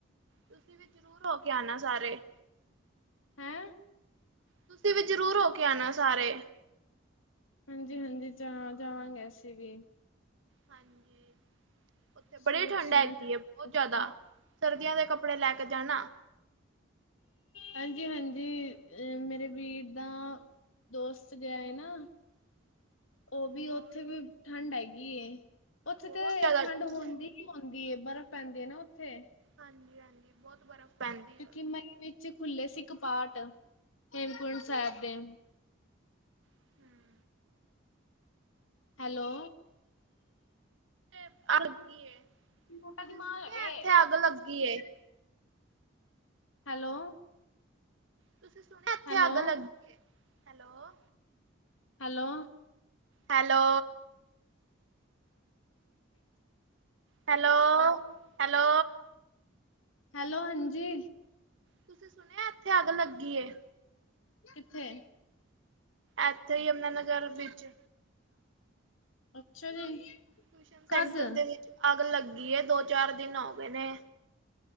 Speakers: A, on the right (about 70°); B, on the left (about 85°).
A: ਤੁਸੀਂ ਵੀ ਜ਼ਰੂਰ ਹੋ ਕੇ ਆਣਾ ਸਾਰੇ
B: ਹੈਂ
A: ਤੁਸੀਂ ਵੀ ਜ਼ਰੂਰ ਹੋ ਕੇ ਆਣਾ ਸਾਰੇ
B: ਹਾਂਜੀ -ਹਾਂਜੀ ਜਾ ਜਾਵਾਂਗੇ ਅਸੀਂ ਵੀ
A: ਹਾਂਜੀ ਉੱਥੇ ਬੜੀ
B: ਸੋਚ
A: ਠੰਢ ਹੈਗੀ
B: ਰਹੇ ਹਾਂ।
A: ਹੈ ਬਹੁਤ ਜ਼ਿਆਦਾ ਸਰਦੀਆਂ ਦੇ ਕੱਪੜੇ ਲੈ ਕੇ ਜਾਣਾ
B: ਹਾਂਜੀ -ਹਾਂਜੀ ਅ ਮੇਰੇ ਵੀਰ ਦਾ ਦੋਸਤ ਗਿਆ ਹੈ ਨਾ ਉਹ ਵੀ
A: ਹੋਰ
B: ਉੱਥੇ ਵੀ ਠੰਡ ਹੈਗੀ, ਉੱਥੇ
A: ਬਹੁਤ
B: ਤੇ
A: ਜ਼ਿਆਦਾ
B: ਠੰਡ ਹੁੰਦੀ
A: ਹੈ।
B: ਆਉਂਦੀ ਬਰਫ਼ ਪੈਂਦੀ ਹੈ ਨਾ ਉੱਥੇ
A: ਹਾਂਜੀ -ਹਾਂਜੀ ਬਹੁਤ ਬਰਫ਼ ਪੈਂਦੀ
B: ਕਿਉਂਕਿ,
A: ਹੈ ਉੱਥੇ
B: ਮਾਈ ਵਿੱਚ ਖੁੱਲ੍ਹੇ ਸੀ ਕਪਾਠ ਹੇਮਕੁੰਟ ਸਾਹਿਬ ਦੇ
A: ਹੂੰ-ਹੂੰ।
B: ਹੈਲੋ
A: <inaudible>
B: ਮੋਟਾ
A: ਤੁਸੀਂ
B: ਦਿਮਾਗ
A: ਸੁਣਿਆ
B: ਹੈਗਾ
A: ਇੱਥੇ ਅੱਗ ਲੱਗੀ ਏ।
B: ਹੈਲੋ
A: ਤੁਸੀਂ ਸੁਣਿਆ, ਇੱਥੇ
B: ਹੈਲੋ।
A: ਅੱਗ ਲੱ ਗ hello
B: hello
A: hello
B: <inaudible>
A: hello hello
B: hello, ਹਾਂਜੀ
A: ਤੁਸੀਂ ਸੁਣਿਆ, ਇੱਥੇ ਅੱਗ ਲੱਗੀ ਏ।
B: ਕਿੱਥੇ
A: ਇੱਥੇ ਯਮੁਨਾ ਨਗਰ ਵਿਚ
B: ਅਛਾ ਜੀ
A: ਟਿਊਸ਼ਨ ਸੈਂਟਰ
B: ਕਦ
A: ਦੇ ਵਿਚ ਅੱਗ ਲੱਗੀ ਦੋ ਚਾਰ ਦਿਨ ਹੋ ਗਏ ਨੇ